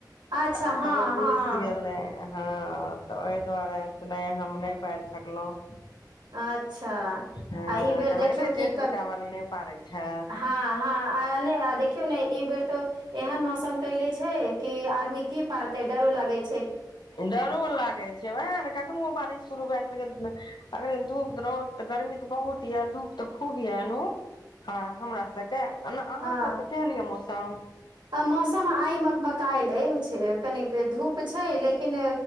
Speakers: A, on the right (about 85°); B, on the left (about 80°).
A: अच्छा
B: आब
A: हँ
B: तऽ ओ घुइस
A: हँ
B: गेलै हँ तऽ ओहि दुआरे नहि हम नहि पारि सकलहुँ
A: अच्छा
B: हँ
A: आ ई बेर
B: कहलक
A: देखियौ
B: ने जेठ
A: कि कब
B: बेटा वाली नहि पारै छै
A: हँ हँ आनय देखियौ ने ई बेर त एहन मौसम कले छैय कि आदमी की पारतय डरो लागय छैय।
B: डरो लागै छैय उएह ने कखनो बारिश शुरू भए गेल। अगरे धूप रौत तऽ गर्मी तऽ बहुत य धूप तऽ खूब य एनहो। हँ हमरा सबके ओना अहाँसभके
A: हँ
B: केहन यए मौसम
A: आ मौसम आइ मकमकइल यै छै कनी धूप छै लेकिन